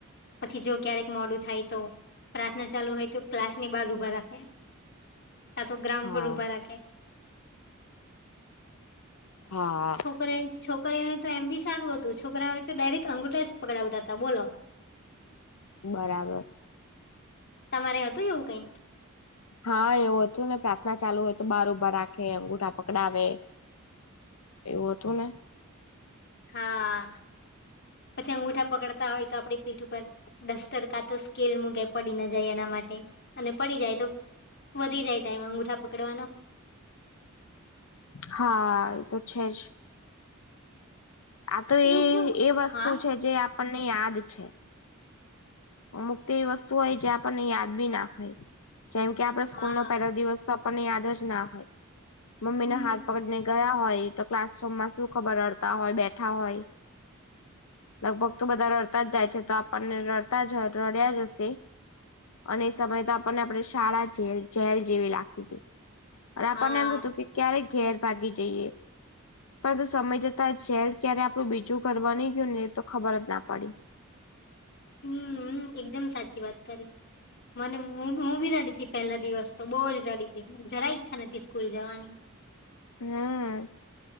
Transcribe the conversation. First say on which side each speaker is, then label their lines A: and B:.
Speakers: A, on the left; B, on the left.
A: પછી જો ક્યારેક મોડું થાય તો પ્રાર્થના ચાલુ હોય તો ક્લાસ ની બહાર ઊભા રાખે. કા તો ગ્રાઉન્ડ
B: હા
A: પર ઉભા રાખે.
B: હા
A: છોકરી છોકરીઓને તો એમ બી સારું હતું છોકરાઓને તો ડાયરેક્ટ અંગુઠા જ પકડાવતા હતા બોલો.
B: બરાબર
A: તમારે હતું એવું કઈ
B: હા એવું હતું ને પ્રાર્થના ચાલુ હોય તો બહાર ઊભા રાખે અંગૂઠા પકડાવે. એવું હતું ને
A: હા પછી અંગુઠા પકડતા હોય તો આપડી પીઠ ઉપર ડસ્તર કા તો સ્કેલ મૂગ પડી ના જાય એના માટે અને પડી જાય તો વધી જાય ટાઈમ અંગુઠા પકડવાનો.
B: હા એ તો છે જ આ તો
A: એવું
B: એ
A: કેવું
B: એ વસ્તુ
A: હા
B: છે જે આપણને યાદ છે. અમુક એવી વસ્તુ હોય જે આપણને યાદ બી ના હોય જેમ કે આપે સ્કૂલ
A: હા
B: નો પહેલો દિવસ તો આપને યાદ જ ના હોય મમ્મી
A: હમ
B: ના હાથ પકડીને ગયા હોય તો ક્લાસરૂમમાં શું ખબર રડતા હોય બેઠા હોય. લગભગ તો બધા રડતા જ જાય છે તો આપણને રડતા જ રડ્યા જ હશે. અને એ સમય તો આપણને આપણે શાળા જેલ જેલ જેવી લાગતી હતી. અને આપણને
A: હા
B: એમ થતું કે ક્યારેક ઘેર ભાગી જઈએ. પરંતુ સમય જતા જેલ ક્યારે આપણું બીજું ઘર બની ગયું ને તો ખબર જ ના પડી.
A: હમ્મ એકદમ સાચી વાત કરી. મને હું બી રડી તી પહેલા દિવસ તો બહુ જ રડી તી જરા ઈચ્છા નથી સ્કૂલ જવાની.
B: હમ્મ